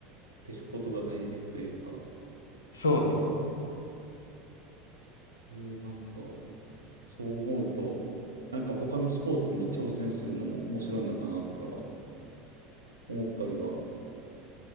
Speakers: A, on the right; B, on the left.
A: 出ることが大事というか。
B: そうですね、
A: えー、なんか、そう思うと、なんか他のスポーツに挑戦するのも面白いのかなっては思ったりは